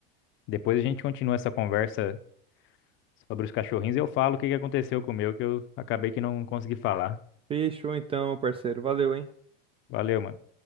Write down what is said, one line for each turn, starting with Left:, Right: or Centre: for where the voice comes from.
Left: Depois a gente continua essa conversa sobre os cachorrinhos, eu falo o que que aconteceu com o meu, que eu acabei que não consegui falar.
Right: Fechou então, parceiro. Valeu, hein?
Left: Valeu, mano.